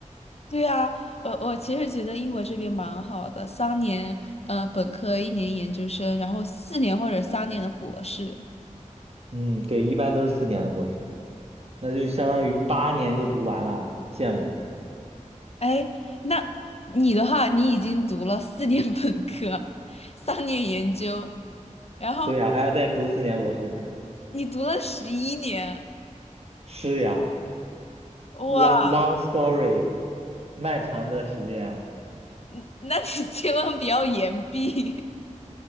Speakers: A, on the left; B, on the right.
A: 对呀，我我其实觉得英国这边蛮好的，三年，嗯，本科一年研究生，然后四年或者三年的博士。
B: <laughs> 嗯，对，一般都是四年的博士，那就相当于八年就读完了，羡慕。
A: 哎，那你的话，你已经读了四年本科，三年研究，然后
B: 对呀，还要再读四年博士。<laughs>
A: 你读了十一年，
B: 是呀
A: 哇，
B: ，long long story，漫长的时间
A: 嗯那你 <laughs> 千万不要延毕。